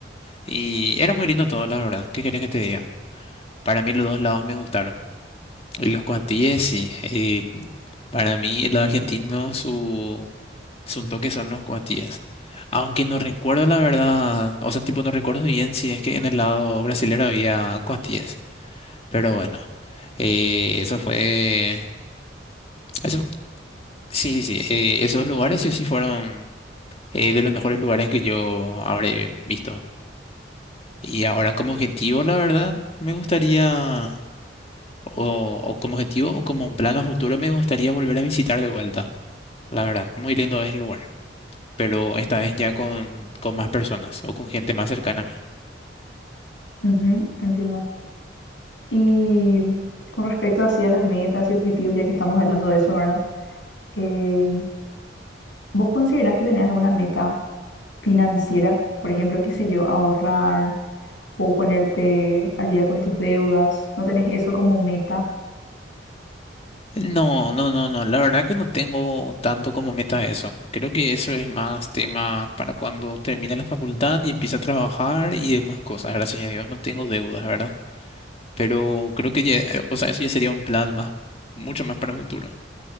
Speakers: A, on the left; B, on the left.
A: Y era muy lindo todo, la verdad. ¿Qué quieres que te diga? Para mí los dos lados me gustaron. Y los cuantilles, sí. eh, para mí, el lado argentino, su, su toque son los cuatillas. Aunque no recuerdo la verdad, o sea, tipo, no recuerdo bien si es que en el lado brasilero había cuatillas. Pero bueno, eh, eso fue. Eso, sí, sí, sí. eh, esos lugares sí o sí fueron eh, de los mejores lugares que yo habré visto. Y ahora, como objetivo, la verdad, me gustaría. O, o como objetivo o como un plan a futuro, me gustaría volver a visitar de vuelta. La verdad, muy lindo es el lugar, pero esta vez ya con, con más personas o con gente más cercana a mí.
B: Ujú, entiendo. Y con respecto así a las metas y objetivos, ya que estamos hablando de eso, ¿verdad? Eh, ¿vos considerás que tenés alguna meta? financiera, por ejemplo, qué sé yo, ahorrar o ponerte al día con tus deudas, no tenés eso como meta,
A: No, no, no, no, la verdad que no tengo tanto como meta eso. Creo que eso es más tema para cuando termine la facultad y empiece a trabajar y demás cosas. Gracias a Dios no tengo deudas, ¿verdad? Pero creo que ya, eh, o sea, eso ya sería un plan más, mucho más para el futuro,